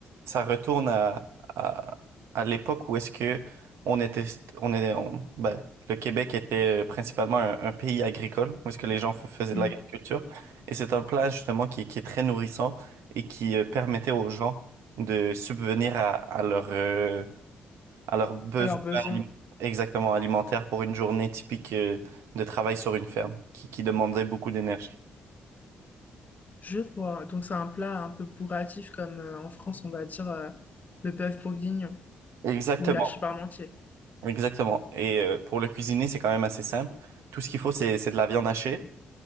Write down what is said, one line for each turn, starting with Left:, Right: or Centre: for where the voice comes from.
Right: ça retourne à, à, à l'époque où est-ce que on était, on est, on- ben, le Québec était euh, principalement un, un pays agricole, où est-ce que les gens f- faisaient
Left: Hmm.
Right: de l'agriculture. Et c'est un plat, justement, qui, qui est très nourrissant et qui euh, permettait aux gens de subvenir à, à leur euh, alors, besoin
Left: Alors besoin.
Right: alim- exactement alimentaire pour une journée typique euh, de travail sur une ferme qui, qui demandait beaucoup d'énergie.
Left: Je vois. Donc c'est un plat un peu bourratif comme euh, en France on va dire euh, le bœuf bourguignon
Right: Exactement,
Left: ou la parmentier.
Right: exactement. Et euh, pour le cuisiner, c'est quand même assez simple. Tout ce qu'il faut, c'est, c'est de la viande hachée,